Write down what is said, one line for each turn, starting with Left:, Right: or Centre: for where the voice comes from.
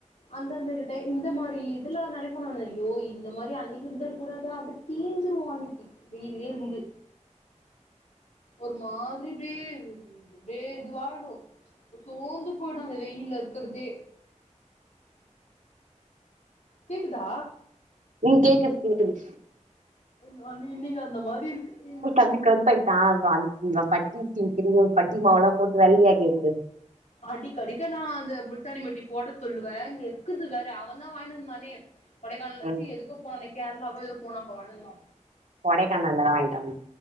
Left: அந்த மாரி இந்த மாரி இதல்லா நனைப்போ நானு ஐயோ இந்த மாரி அன்னைக்கு இருந்தர் கூடதா அப்டி தீஞ்சிருவோ அன்னைக்கி வெயில்லே இருந்து ஒரு மாதிரி இப்டி இதே இது வாடு தோந்து போய்டு அந்த வெயில்ல இருக்கறதே கேக்குதா
Right: ம் கேக்குது கேக்குது
Left: ராணி இன்னைக்கு அந்த மாரி இருக்கு வெயிலு
Right: நானே கருப்பாய் அ அந்த பட்டி டிங்ரிங் பட்டி மாவு எல்லா போட்டு வெள்ளையாகிபுடு
Left: அடிக்கடிக்க நா அந்த முல்தானி மட்டி போட சொல்லுவ இங்க இருக்குது வேற அவன் தா வாயின்டு வந்தானே கொடைக்கானல்
Right: ம்
Left: ச்சு எதுக்கோ போனன்னே கேரளாவோ ஏதோ போனா அப்ப வாயின்ட்டு வந்தா
Right: கொடைக்கானல்லதா வாங்கிட்டு வந்